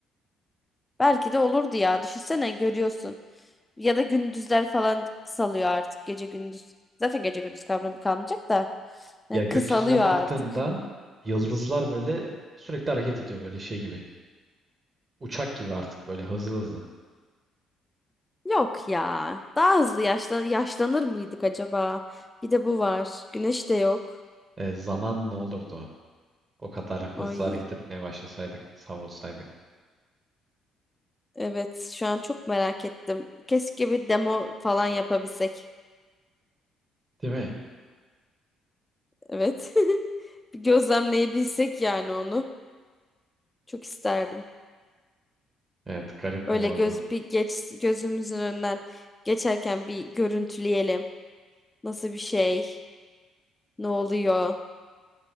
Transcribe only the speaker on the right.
Ya
gökyüzüne baktığında
yıldızlar böyle sürekli hareket ediyor böyle şey gibi. Uçak gibi artık böyle hızlı hızlı.
E, zaman ne olurdu o? O kadar
hızlı hareket etmeye başlasaydık, savrulsaydık.
Değil mi?
Evet, garip
olurdu.